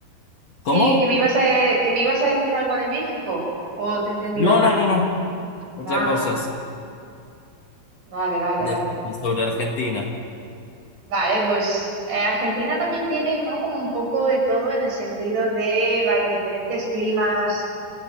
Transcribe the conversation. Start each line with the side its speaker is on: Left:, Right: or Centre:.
Right: Sí,
Left: ¿Cómo?
Right: que me ibas a, e, que me ibas a decir algo de México. ¿O te he entendido
Left: No,
Right: mal?
Left: no, no, no. Otra
Right: Ah,
Left: cosa, es
Right: vale, vale,
Left: decime
Right: vale.
Left: sobre Argentina.
Right: Vale, pues eh, Argentina también tiene, ¿no? Como un poco de todo en el sentido de va- diferentes climas,